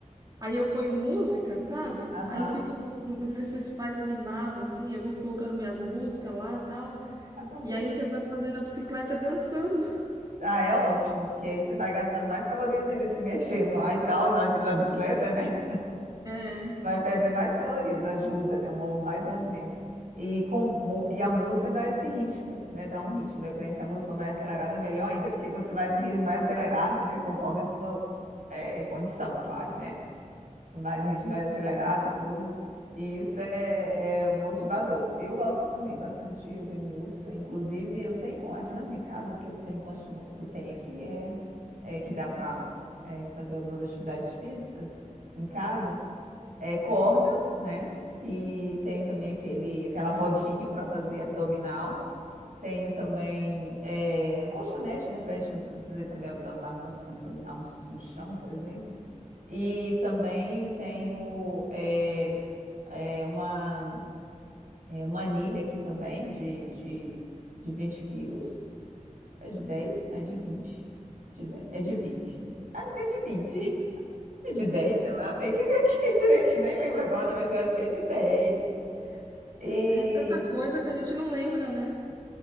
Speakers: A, on the right (about 30°); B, on the right (about 80°).
A: aí eu ponho música, sabe?
B: Aham,
A: Aí fica um um exercício mais animado assim, eu vou colocando minhas músicas lá, tal.
B: ah, com certeza.
A: E aí você vai fazendo a bicicleta <laughs> dançando.
B: Ah, é ótimo, porque aí você vai gastando mais calorias ainda se mexendo lá e tal, lá em cima da bicicleta, né?
A: É,
B: Vai perder mais calorias, ajuda, né? Um mov- Mais movimento. E, com, mu- e a música dá esse ritmo, né? Dá um ritmo, dependendo se a música for mais acelerada, melhor ainda, porque você vai no ritmo mais acelerado, né? Conforme a sua eh, condição, claro, né? vai no ritmo mais acelerado e tudo. E isso é, é motivador. Eu gosto também bastante de ouvir música. Inclusive, eu tenho aqui na minha casa, o que eu tenho, continuo, o que eu tenho aqui é, é que dá para fazer algumas atividades físicas em casa. É corda, né? E tem também aquele, aquela rodinha para fazer abdominal. Tenho também eh, colchonete, né, para a gente fazer também abdominal, no- abdominal no, no chão, por exemplo. E também tenho eh, eh, uma, eh, uma anilha aqui também de, de, de 20 quilos. É de 10, né? De 20? De 10? é de 20. Acho que é de vinte. <laughs> É de dez? sei lá, tem que ver aqui <laughs> direitinho, nem lembro agora, mas eu acho que é de 10. E
A: é tanta coisa que a gente não lembra, né?